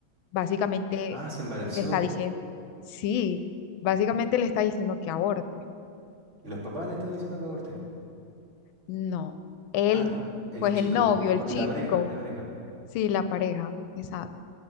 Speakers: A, on the left; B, on the right.
A: básicamente
B: Ah, se embarazó.
A: le está diciendo, sí, básicamente le está diciendo que aborte.
B: Los papás le están diciendo que aborte.
A: No, él,
B: Ah, el, el
A: pues
B: chico,
A: el novio,
B: el pa-
A: el chico,
B: la pareja, la pareja.
A: sí, la pareja, exacto.